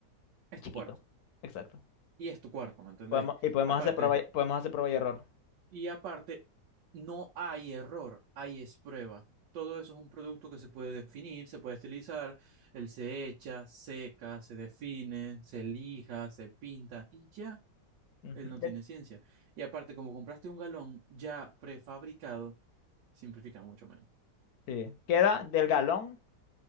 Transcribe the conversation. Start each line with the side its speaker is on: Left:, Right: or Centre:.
Right: es
Left: Es
Right: tu
Left: Chiquito.
Right: cuarto.
Left: Exacto.
Right: Y es tu cuarto, ¿me entendéis?
Left: Podemos, y podemos
Right: Aparte.
Left: hacer prueba, y- podemos hacer prueba y error.
Right: Y aparte, no hay error, hay es prueba. Todo eso es un producto que se puede definir, se puede estilizar, él se echa, seca, se define, se lija, se pinta y ya,
Left: Ujú.
Right: él no
Left: De-
Right: tiene ciencia. Y aparte, como compraste un galón ya prefabricado, simplifica mucho menos.
Left: Sí. Queda del galón.